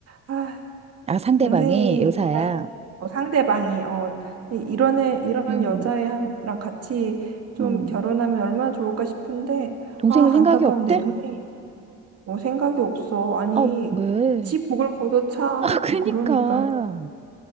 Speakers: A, on the right (about 55°); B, on the right (about 20°).
A: 아,
B: 아, 상대방이
A: 동생이,
B: 여사야.
A: 아, 어, 상대방이, 어, 이- 이런 애, 이런
B: 음,
A: 여자애랑 같이 좀
B: 음.
A: 결혼하면 얼마나 좋을까 싶은데,
B: 동생은
A: 아,
B: 생각이
A: 안타까운
B: 없대?
A: 내 동생이 뭐 생각이 없어. 아니,
B: 어, 왜?
A: 지 복을 걷어차.
B: <laughs> 아, 그니까.
A: 그러니까.